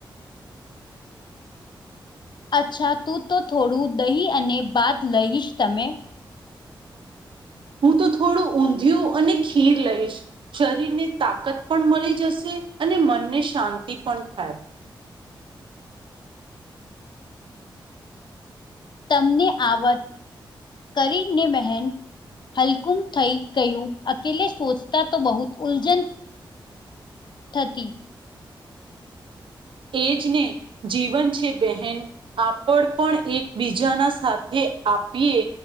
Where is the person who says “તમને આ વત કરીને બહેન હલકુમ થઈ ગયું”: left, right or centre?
Left